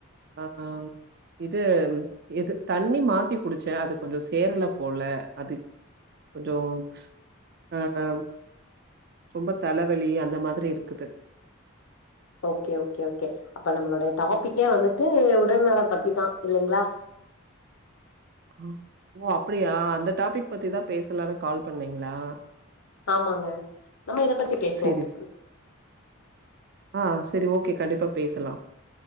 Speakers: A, on the right; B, on the left.
A: ஆஹ் இது எது தண்ணி மாத்தி குடிச்சேன் அது கொஞ்சம் சேரலை போல அது கொஞ்சம் அஹ் ரொம்ப தலைவலி அந்த மாதிரி இருக்குது
B: ஓகே ஓகே ஓகே அப்ப நம்மளோடைய டாபிக்கே வந்துட்டு உடல்நலம் பத்திதான் இல்லைங்களா
A: ஆ, ஓ அப்படியா அந்த டாபிக் பத்திதான் பேசலான்னு கால் பண்ணீங்களா
B: ஆமாங்க நம்ம இதை பத்தி பேசுவோம்
A: சரி. சரி. ஆ சரி ஓகே. கண்டிப்பா பேசலாம்